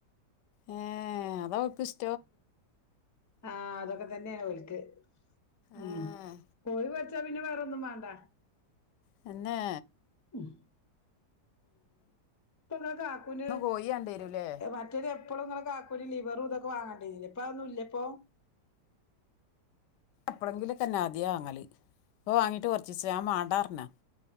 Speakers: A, on the left; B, on the left.
A: ഏഹ് അതാ ഓക് ഇഷ്
B: ഹ്ആ അതൊക്കെ തന്നെയ ഓല്ക് ക്ക് ഉം.
A: ഏ
B: കോഴി പൊരിച്ചാ പിന്നെ വേറെ ഒന്നും വേണ്ട.
A: തന്നെ.
B: ഉം ഇപ്പോ ഇങ്ങളെ കാക്കുന്
A: എന്നും കോഴി വാണ്ടിവരൂല്ലേ
B: മ മറ്റേത് എപ്പോഴുംഇങ്ങളൊകാക്കൂന് ലിവറ് ഇതൊക്കെ വാങ്ങണ്ടീനി ല്ലപ്പൊ അത് ഒന്നും ഇല്ലപ്പോ?
A: എപ്പഴെങ്കിലും തന്നെ ആദ്യ വാങ്ങല് ഇപ്പൊ വാങ്ങീട്ട് കുറച്ച് ദിവസംആയി ഞാൻ മാടാന്ന് പറഞ്ഞ.